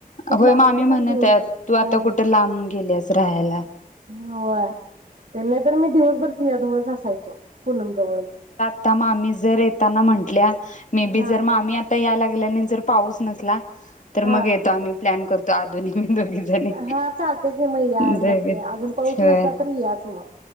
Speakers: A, on the right; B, on the left.
A: तिथला
B: होय
A: आवरायचा
B: मामी म्हणत्यात
A: आणि दिवसभर
B: तू आता
A: हा
B: कुठे लांब गेलीयास राहायला.
A: होय त्यांना तर मी दिवसभरची तिच्या जवळ असायचो. पूनम जवळच
B: त्या मामी जर येताना म्हंटल्या मे बी
A: हा
B: जर मामी आता यायला लागल्या नी जर पाऊस नसला. तर
A: हा
B: मग येतो आम्ही प्लॅन कर दादु नी मी दोघी जणी
A: हा चालतयं की मग या
B: दोघे
A: नक्की या अजून पाऊस
B: होय
A: नसला तरी याच म